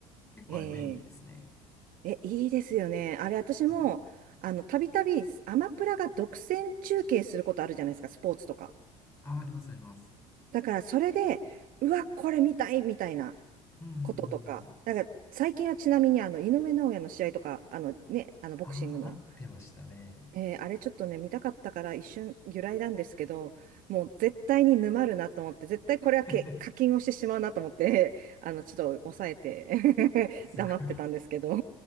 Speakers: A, on the left; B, on the right.
A: 結構あれ便利ですね。
B: ええ、えいいですよね。あれ、私も、
A: はい。
B: あの、たびたびアマプラが独占中継することあるじゃないですか、スポーツとか。
A: あ、あります、あります。
B: だからそれで、うわ、これ見たいみたいな
A: うんうんうんうん。
B: こととか、だから最近はちなみにあの井上尚弥の試合とか、あのね、あのボクシングの、
A: ああ、合ってましたね。
B: えーあれちょっとね、見たかったから一瞬揺らいだんですけど、もう絶対に沼るなと思って、絶対これはけ課金をしてしまうなと思って、
A: <laughs>
B: <laughs> あのちょっと抑えて <laughs>
A: すごい。
B: 黙ってたんですけど